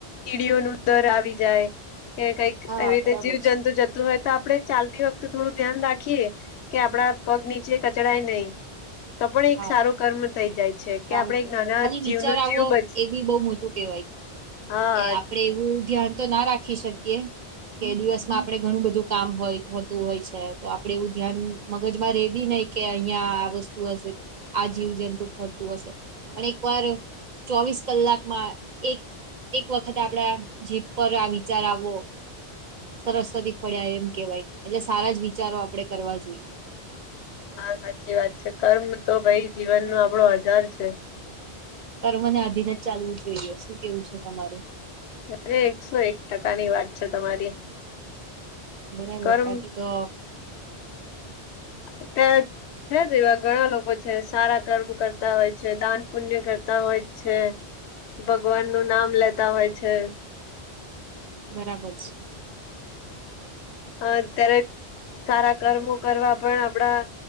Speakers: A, on the left; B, on the right.
A: કીડીઓ ન દર આવી જાય કે કઈક
B: હા
A: એવી
B: બરાબર
A: રીતે. જીવ જંતુ
B: છે
A: જતું હોય તો આપડે ચાલતી વખતે થોડું ધ્યાન રાખીએ. કે આપડા પગ નીચે કચડાય નહી. તો પણ એક
B: હા
A: સારો કર્મ થઈ જાય છે
B: સારું
A: કે આપણે
B: કર્યું
A: એક નાના
B: ખાલી
A: જીવનો
B: વિચાર આવો
A: જીવ બચ
B: એ બી બહુ મોટું કેહેવાય
A: હા.
B: એ આપડે એવું ધ્યાન તો ના રાખી શકીએ. કે દિવસમાં આપડે ઘણું બધું કામ હોય હોતું હોય છે. તો આપડે એવું ધ્યાન. મગજ મારે એ બી નહ કે અહિયાં આ વસ્તુ હશે આ જીવજંતુ ફરતું હશે. પણ એક વાર ચોવીસ કલાકમાં એક, એક વખત આપડા જે પર આ વિચાર આવવો. સરસ્વતી ફળ્યા એમ કેવાય એટલે સારા જ વિચારો આપડે કરવા જોઈએ.
A: હા સાચી છે કર્મ તો ભઈ જીવન ન આપણો આધાર છે.
B: પર મને અધિન જ ચાલવું જોઈએ શું કેવું છે તમારું?
A: અરે એકસો એક ટકા ની વાત છે તમારી.
B: બરાબર
A: કર્મ
B: બાકીતો.
A: <unintelligible> છે જ એવા ઘણા લોકો છે સારા કર્મ કરતા હોય છે દાન પુણ્ય કરતા હોય છે.
B: <inaudible>
A: ભગવાન નું નામ લેતા હોય છે.
B: બરાબર છે.
A: અત્યારે સારા કર્મો કરવા પણ આપડા.